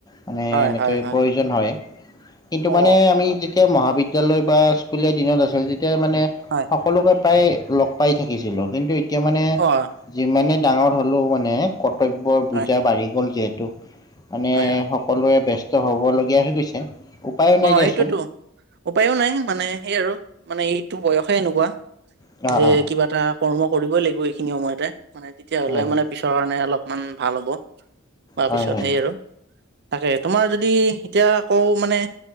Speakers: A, on the left (about 20°); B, on the right (about 55°).
A: মানে
B: হয়
A: এনেকৈ
B: হয় হয়
A: প্ৰয়োজন হয় কিন্তু
B: অ
A: মানে আমি! যেতিয়া মহাবিদ্যালয় বা স্কুলীয়া দিনত আছিল তেতিয়া মানে
B: হয়
A: সকলোকে। প্ৰায় লগ পাই থাকিছিলোঁ কিন্তু এতিয়া মানে
B: অ
A: যিমানেই ডাঙৰ হ'লেও মানে। কৰ্তব্যৰ বুজা
B: হয়
A: বাঢ়ি গ'ল যিহেতু মানে।
B: হয় হয়
A: সকলোৱে ব্যস্ত হ'বলগীয়া হৈ গৈছে। উপায়ো নাই
B: অ,
A: দিয়াচোন
B: সেইটোতো উপায়ো নাই মানে সেই আৰু মানে এইটো বয়সে এনেকুৱা।
A: অ'
B: যে
A: অ'
B: কিবা এটা কৰ্ম কৰিবই লাগিব এইখিনি সময়তে মানে তেতিয়া হ'লে
A: হয়
B: মানে? পিছৰ কাৰণে অলপমান ভাল হ'ব বা
A: হয়
B: পিছত
A: হয়
B: হেই আৰু? তাকে তোমাৰ যদি এতিয়া আকৌ মানে?